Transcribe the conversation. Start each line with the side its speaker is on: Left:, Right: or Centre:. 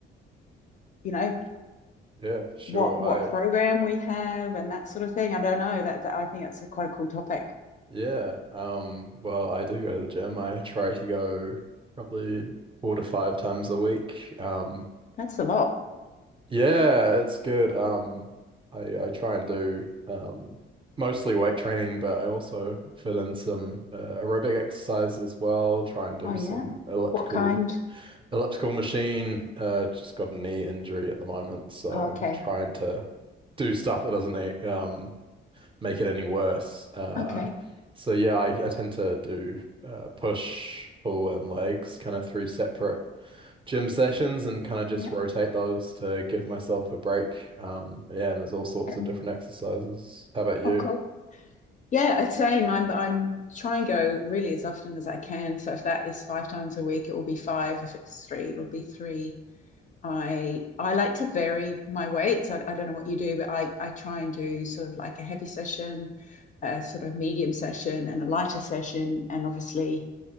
Left: you know,
Right: Yeah, for sure.
Left: what what
Right: I
Left: program we have and that sort of thing. I don't know. That, that I think that's a quite a cool topic.
Right: yeah, um, well, I do go to the gym. I try to go probably four to five times a week. Um,
Left: That's a lot.
Right: yeah, it's good. Um, I I try and do um mostly weight training, but I also fit in some uh, aerobic exercise as well. Try and do
Left: Oh, yeah.
Right: some elliptical
Left: What kind?
Right: elliptical machine. Uh, just got a knee injury at the moment, so
Left: Oh, okay.
Right: I'm trying to do stuff that doesn't um make it any worse. Uh,
Left: Okay.
Right: so yeah, I, I tend to do uh, push, pull, and legs kind of through separate gym sessions and kind of just
Left: Yeah.
Right: rotate those to give myself a break. Um, yeah, and there's all sorts
Left: And
Right: of different exercises. How about you?
Left: oh, cool. Yeah, same. I'm I'm try and go really as often as I can. So if that is five times a week, it will be five. If it's three, it'll be three. I I like to vary my weights. I, I don't know what you do, but I, I try and do sort of like a heavy session, a sort of medium session, and a lighter session. And obviously,